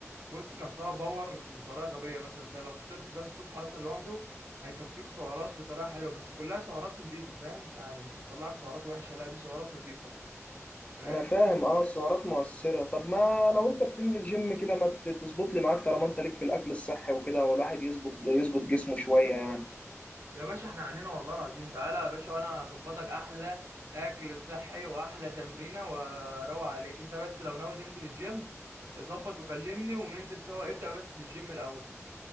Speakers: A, on the right (about 70°); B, on the left (about 25°).
A: بص كان فيها باور بطريقه غبيه مثلا انت لو فطرت ده الصبح اصلا لوحده هيكفيك سعرات بطريقه حلوه بس كلها سعرات نظيفه فاهم يعني مش هتطلعك سعرات وحشه لا دي سعرات نظيفه فاهم
B: أنا فاهم أه السعرات مؤثرة طب ما لو أنت بتنزل جيم كده ما ت- تظبط لي معاك طالما أنت ليك في الأكل الصحي وكده والواحد يظبط يظبط جسمه شوية يعني
A: يا باشا احنا عنينا والله العظيم تعالى يا باشا وانا اظبطك احلى اكل صحي واحلى تمرينه واروق عليك انت بس لو ناوي تنزل الجيم ظبط وكلمني وننزل سوا ابدأ بس بالجيم الاول